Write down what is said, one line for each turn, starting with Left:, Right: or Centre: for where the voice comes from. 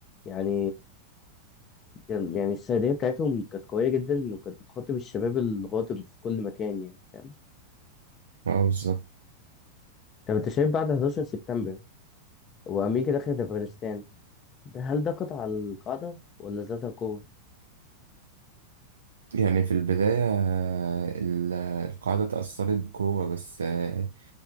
Left: يعني كان يعني السرديه بتاعتهم كانت قويه جدا وكانت بتخاطب الشباب الغاضب في كل مكان يعني فاهم
Right: اه بالظبط
Left: طب انت شايف بعد 11 سبتمبر وامريكا دخلت افغانستان ده هل ده قطع على القاعده ولا زادها قوه
Right: يعني في البداية آه، ال- القاعدة اتأثرت بقوة بس آه،